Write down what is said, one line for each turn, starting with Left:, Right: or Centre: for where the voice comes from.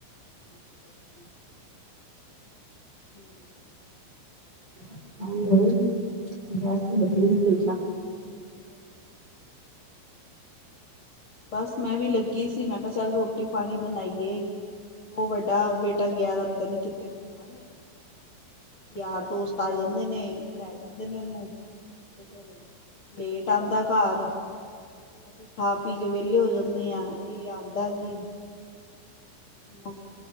Left: ਅੱਛਾ ਜੀ। ਹਮ
Right: <unintelligible> ਬੱਸ ਵਧੀਆ ਚਲਦਾ ।
Left: ਵਧੀਆ ਬਸ ਮੈਂ ਵੀ ਲੱਗੀ ਸੀ ਮੈਂ ਕਿਹਾ ਚੱਲ ਰੋਟੀ ਪਾਣੀ ਬਣਾਈਏ ਉਹ ਵੱਡਾ ਬੇਟਾ ਗਿਆ ਦਾ ਪਤਾ ਨੀ ਕਿੱਥੇ ਘੁੰਮਨ ਯਾਰ ਦੋਸਤ ਆ ਜਾਂਦੇ ਨੇ ਲੈ ਜਾਂਦੇ ਨੇ ਉਹਨੂੰ ਤੇ ਫੇਰ ਲੇਟ ਆਉਂਦਾ ਘਰ ਅਸੀਂ ਖਾ ਪੀ ਕੇ ਵਿਹਲੇ ਹੋ ਜਾਂਦੇ ਆ ਇਹ ਆਉਂਦਾ ਜੀ ਹਮ